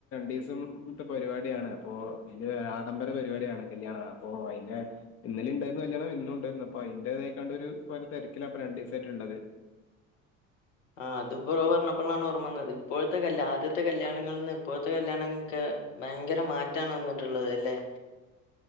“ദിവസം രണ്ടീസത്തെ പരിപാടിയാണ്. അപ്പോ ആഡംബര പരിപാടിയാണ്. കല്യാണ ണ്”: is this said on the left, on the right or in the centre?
Left